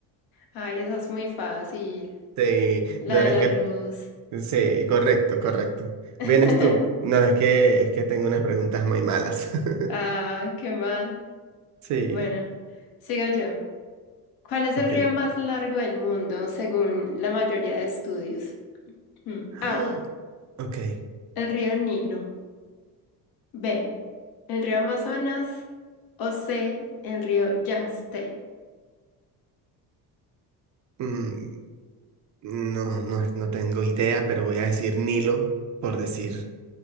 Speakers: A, on the left; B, on the right.
A: Ay, esa es muy fácil.
B: Sí,
A: La
B: no,
A: de
B: es
A: la
B: que,
A: luz.
B: sí, correcto, correcto.
A: <laughs>
B: ¿Vienes tú? No, es que, es que tengo unas preguntas muy malas. <laughs>
A: Ay, qué mal.
B: Sí,
A: Bueno, sigo yo. ¿Cuál es el
B: ok.
A: río más largo del mundo según la mayoría de estudios? Mm,
B: <gasps>
A: A.
B: Ok.
A: El río Nilo. B. El río Amazonas. O C. El río Yangtze.
B: mm, no, no, no tengo idea, pero voy a decir Nilo por decir,